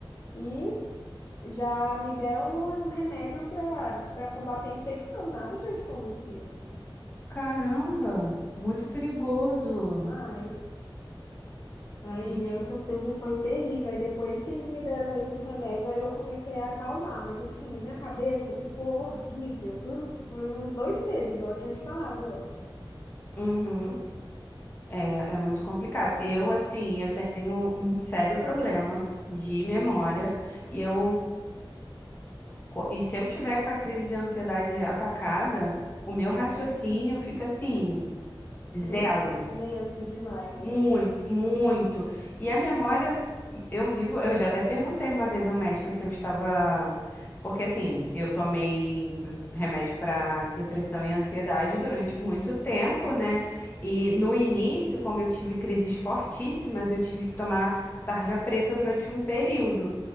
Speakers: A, on the left; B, on the left.
A: e já me deram um um remédio para para combater a infecção, nada de anticonvulsivo.
B: Caramba, muito perigoso.
A: Demais. Ai,
B: Gente,
A: menina, eu
B: que...
A: só sei que foi terrível. Aí depois que eles me deram esse remédio, aí eu comecei a acalmar. Mas assim, a minha cabeça ficou horrível por, por uns dois meses, igual eu tinha te falado antes.
B: Uhum. É, é muito complicado. Eu, assim, eu tenho um sério problema de memória e eu... co- E se eu tiver com a crise de ansiedade atacada, o meu raciocínio fica assim, zero.
A: Muito lento demais, né?
B: Muito, muito. E a memória, eu vivo, eu já até perguntei uma vez ao médico se eu estava. Porque assim, eu tomei remédio para depressão e ansiedade durante muito tempo, né? E no início, como eu tive crises fortíssimas, eu tive que tomar tarja preta durante um período.